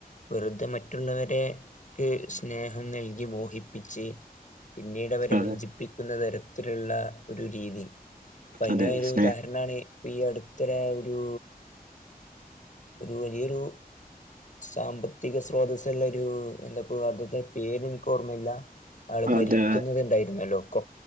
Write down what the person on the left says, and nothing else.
വെറുതെ മറ്റുള്ളവര്ക്ക് സ്നേഹം നൽകി മോഹിപ്പിച്ച് പിന്നീട് വരെ വഞ്ചിപ്പിക്കുന്ന
തരത്തിലുള്ള ഒരു രീതി പ്പയ്നാ
ഒരു
ഉദാഹരണാണ് ഇപ്പൊ ഈ അടുത്തരായൊരു ഒരു വലിയൊരു സാമ്പത്തിക സ്രോതസ്സ്ള്ള ഒരു എന്താപ്പോ അദ്ത്തെ പേര് ഇൻക്ക് ഓർമ്മയില്ല ആള് മരിക്കുന്നുന്നത്ണ്ടായിരുന്നല്ലോ
കൊ